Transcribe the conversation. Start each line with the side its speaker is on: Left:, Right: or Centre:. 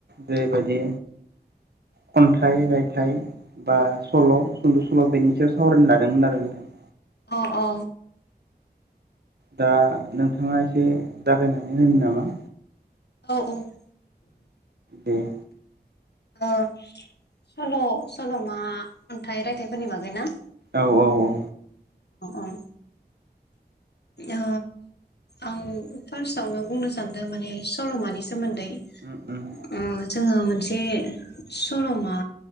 Right: जेरैबायदि खन्थाइ रायथाइ। बा सल' सुंद' सल' बेनि सायाव सावरायनो लादोंमोन आरो नोंथां।
Left: अ अ।
Right: दा नोंथाङा एसे जागायनानै होनो नामा।
Left: औ औ।
Right: उम।
Left: ओ सल' सल'मा अन्थाइ रायथाइफोरनि बागै ना?
Right: औ औ। औ औ।
Left: अ अ। ओ आं फार्स्टआवनो बुंनो सान्दों माने सल'मानि सोमोन्दै।
Right: उम उम।
Left: ओ जोङो मोनसे सल'मा